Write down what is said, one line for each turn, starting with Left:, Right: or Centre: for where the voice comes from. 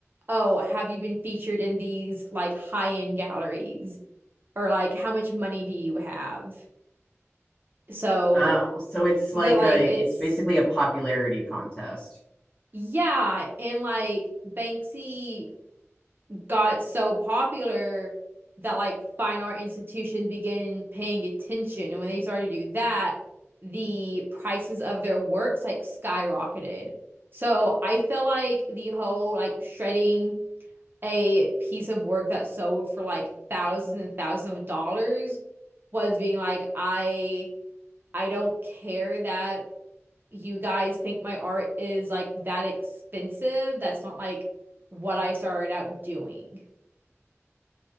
Right: oh, have you been featured in these like high-end galleries? Or like how much money do you have? So
Left: Oh, so it's
Right: they're
Left: like
Right: like,
Left: a
Right: it's,
Left: it's basically a popularity contest.
Right: yeah. And like Banksy got so popular that like fine art institutions began paying attention. And when they started to do that, the prices of their works like skyrocketed. So I feel like the whole like shredding a piece of work that sold for like thousands and thousands of dollars was being like, I I don't care that you guys think my art is like that expensive. That's not like what I started out doing.